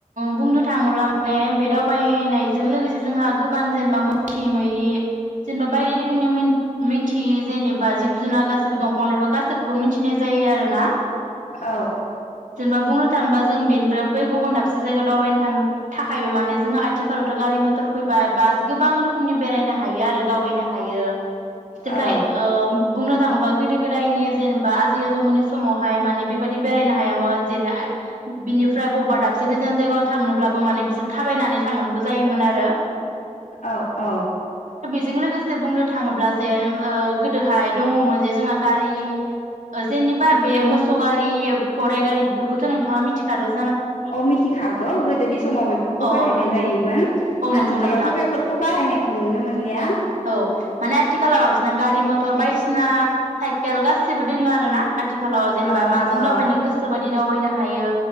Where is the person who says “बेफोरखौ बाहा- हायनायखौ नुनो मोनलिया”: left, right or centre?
Left